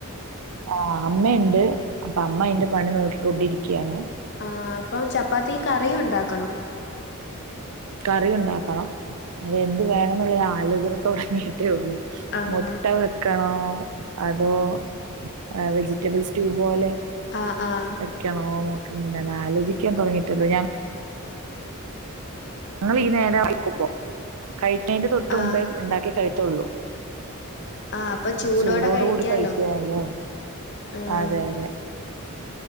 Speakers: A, on the right; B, on the left.
A: ആഹ് അമ്മയുണ്ട് അപ്പ അമ്മ അയിന്റെ പണി നോക്കിക്കൊണ്ടിരിക്കയാണ്
B: ആഹ് അപ്പം ചപ്പാത്തി കറിയും ഒണ്ടാക്കണോ
A: കറിയുണ്ടാക്കണം അതെന്തു വേണെന്നുള്ളയാലോ ഇവ്ടെ തൊടങ്ങീഹ്ട്ടേള്ളൂ
B: ആഹ്
A: മുട്ട വെക്കണോ അതോ ആഹ് വെജിറ്റബിൾ സ്റ്റൂ പോലെ
B: ആഹ് ആഹ്
A: ക്കണോന്നെക്കെങ്ങനാലോചിക്കാൻ തൊടങ്ങീട്ടേള്ളു ഞാൻ ഞങ്ങള് ഈ നേരവാ കഴിക്കുമ്പോ കഴിക്കണേന്റെ തൊട്ട് മുമ്പേ
B: ആഹ്
A: ഉണ്ടാക്കി കഴിക്കൂള്ളൂ
B: ആഹ് അപ്പൊ ചൂടോടെ
A: ചൂടോട്
B: കഴിക്കാലോ
A: കൂടി കഴിക്കാണോ,
B: ആഹ്
A: അതെ അതെ.